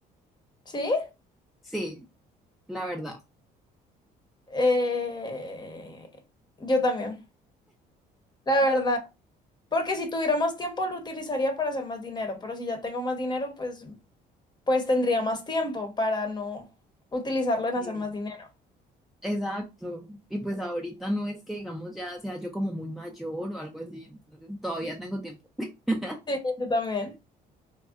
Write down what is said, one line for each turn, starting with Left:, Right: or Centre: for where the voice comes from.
Left: ¿Sí?
Centre: Sí, la verdad.
Left: Eh, Yo también. La verdad. Porque si tuviéramos tiempo lo utilizaría para hacer más dinero, pero si ya tengo más dinero, pues, pues tendría más tiempo para no utilizarlo en
Centre: Sí.
Left: hacer más dinero.
Centre: Exacto. Y pues ahorita no es que, digamos, ya sea yo como muy mayor o algo así, entonces todavía tengo tiempo. <laughs>
Left: Sí, yo también.